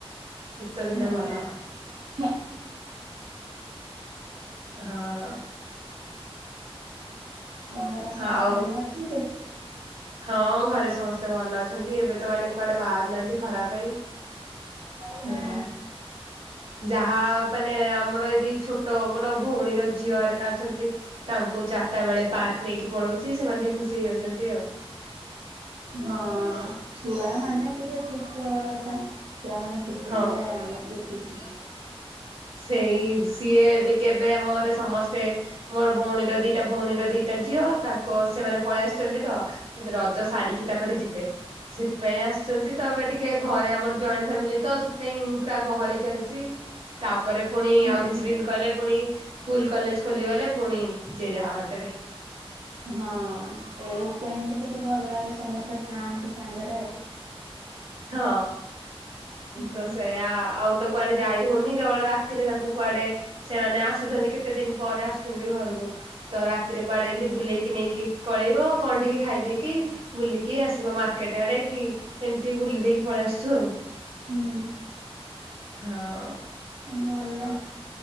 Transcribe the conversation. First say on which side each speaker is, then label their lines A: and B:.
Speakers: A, on the right; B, on the right.
A: ଶୀତ ଦିନେ
B: ହୁଁ,
A: ଭଲ
B: ହଁ।
A: ହଁ।
B: ହଁ ଘରେ ସମସ୍ତେ
A: ଆଉ
B: ଭଲ ଅଛନ୍ତି?
A: ହଁ ଘରେ ସମସ୍ତେ ଭଲ ଅଛନ୍ତି। ଏବେ ତ ମାନେ କୁଆଡେ ବାହାରୁ ନାହାନ୍ତି ଖରା ପାଇଁ।
B: ହୁଁ
A: ସେଇଟା। ଯାହା ମାନେ ଆମର ଏଠି ଛୋଟ ମୋର ଭଉଣୀର ଝିଅ ଏରିକା ଅଛନ୍ତି। ତାଙ୍କୁ ଚାରିଟା ବେଳେ ପାର୍କ ନେଇକି ପଳଉଛି। ସେମାନେ ଟିକେ ଖୁସି ହେଇ ଅଛନ୍ତି ଆଉ।
B: ହଁ ଛୁଆମାନେ ଟିକେ ଖୁସି ହେବା କଥା ଛୁଆମାନେ ଖୁସି
A: ହଁ।
B: ହେଲେ ଆମର ବି ଖୁସି।
A: ସେଇ ସିଏ ଟିକେ ଏବେ ଆମ ଘରେ ସମସ୍ତେ ମୋର ଭଉଣୀର ଦିଟା ଭଉଣୀର ଦିଟା ଟା ଝିଅ ତାଙ୍କୁ ସେମାନେ ପଳେଇ ଆସିଛନ୍ତି ତ ଏବେ ରଜ ସାରିକି ତାପରେ ଯିବେ। ସେଥିପାଇଁ ଆସୁଛନ୍ତି ତ ଏବେ ଟିକେ ଘରେ ଆମର ଜଏଣ୍ଟ ଫ୍ୟାମିଲି ତ ସେଥିପାଇଁ ପୁରା ଗହଳି ଚାଲିଛି। ତାପରେ ପୁଣି
B: ହୁଁ
A: ଆଉ କିଛି ଦିନ କଲେ ପୁଣି ସ୍କୁଲ କଲେଜ ଖୋଲିଗଲେ ପୁଣି ଯିଏ ଯାହା ବାଟରେ <inaudible>
B: ହଁ ଏଇ ଟାଇମ ରେ ଟିକେ ଭଲ ଲାଗେ ସମସ୍ତେ ଥାଆନ୍ତି ସାଙ୍ଗେରେ।
A: ହଁ
B: ହୁଁ
A: ତ ସେୟା ଆଉ ତ କୁଆଡେ ଯାଇ ହଉନି କେବଳ ରାତିରେ ତାଙ୍କୁ କୁଆଡେ ସେମାନେ ଆସୁଛନ୍ତି କେତେ ଦିନ ପରେ ଆସିୁଛନ୍ତି ଘରକୁ। ତ ରାତିରେ କୁଆଡେ ଏମିତି ବୁଲେଇକି ନେଇକି ପଳେଇବ କଣ ଟିକେ ଖାଇଦେଇକି ବୁଲିକି ଆସିବ ମାର୍କେଟ ଆଡେ କି ଏମତି ତି ବୁଲି ଦେଇକି ପଳେଇ ଆସୁଛୁ ଆଉ।
B: ହୁଁ।
A: ହଁ।
B: ଭଲ।